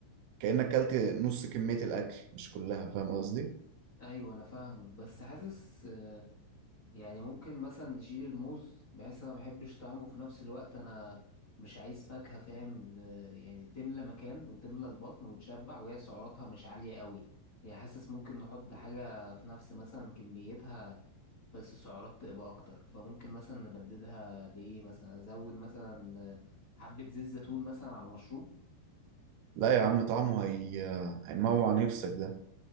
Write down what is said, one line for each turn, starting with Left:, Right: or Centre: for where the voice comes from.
Right: كأنك أكلت نص كمية الأكل مش كلها فاهم قصدي؟
Left: ايوه انا فاهمك بس حاسس يعني ممكن مثلا نشيل الموز بحيث انا ما بحبش طعمه في نفس الوقت انا مش عايز فاكهة فاهم آه، يعني تملى مكان وتملى البطن وتشبع وهي سعراتها مش عالية قوي يعني حاسس ممكن نحط حاجة في نفس مثلا كميتها بس سعرات تبقى اكتر فممكن مثلا نبددها بايه مثلا ازود مثلا آه، حبة زيت زيتون مثلا على المشروب
Right: لا يا عم طعمه هي... هيموع نفسك ده